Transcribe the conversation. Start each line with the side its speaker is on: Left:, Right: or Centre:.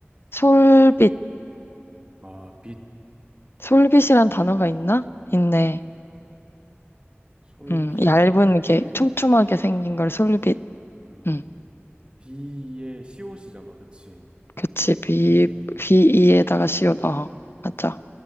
Left: 솔빛,
Right: 아, 빛.
Left: 솔빛이란 단어가 있나? 있네.
Right: 솔,
Left: 음,
Right: 빛.
Left: 얇은 게 촘촘하게 생긴 걸 솔빛.
Right: 음,
Left: 음,
Right: 비의 시옷이잖아. 그치?
Left: 그치. 비,
Right: 빛,
Left: 비이에다가 시옷. 어, 맞아.